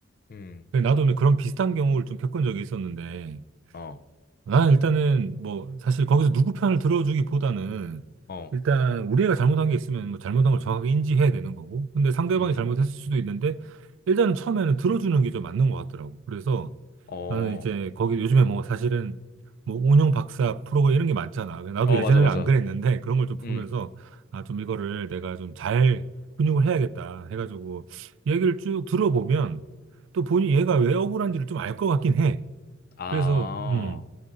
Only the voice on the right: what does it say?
근데 나도 오늘 그런 비슷한 경우를 좀 겪은 적이 있었는데
아, 일단은 뭐 사실 거기서 누구 편을 들어주기보다는
일단 우리가 잘못한 게 있으면 뭐 잘못한 걸 정확하게 인지해야 되는 거고. 근데 상대방이
잘못했을 수도 있는데 일단은 처음에는 들어주는 게 좀 맞는 것 같더라고. 그래서
나는 이제 거기 요즘에 뭐 사실은 뭐 운영 박사 프로가 이런 게 많잖아. 나도
예전에는
안 그랬는데 그런 걸 좀 보면서
아, 좀 이거를 내가 좀 잘 근육을 해야겠다 해가지고 얘기를 쭉 들어보면 또 본인 얘가 왜 억울한지를 좀 알 것 같긴 해.
그래서 음.